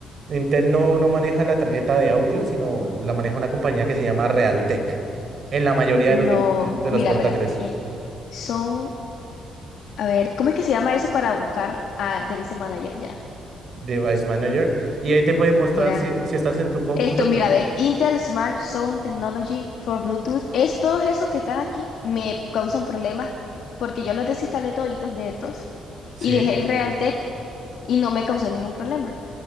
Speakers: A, on the right; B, on the left.
A: Intel no, no maneja la tarjeta de audio, sino la maneja una compañía que se llama Realtek, en la mayoría de los, dif-
B: No,
A: de
B: mira,
A: los portátiles,
B: espérate, estoy- ay, son, a ver, ¿cómo es que se llama eso para buscar a Device Manager ya?
A: Device Manager. Y ahí te puede mostrar
B: Mira,
A: si, si estás en tu compu,
B: Esto,
A: te puede...
B: mira, ve, Intel Smart Sound Technology for Bluetooth, es todos esos que están aquí, me causan problemas porque yo los desinstalé toditos de estos
A: Sí.
B: y dejé el Realtek y no me causó ningún problema,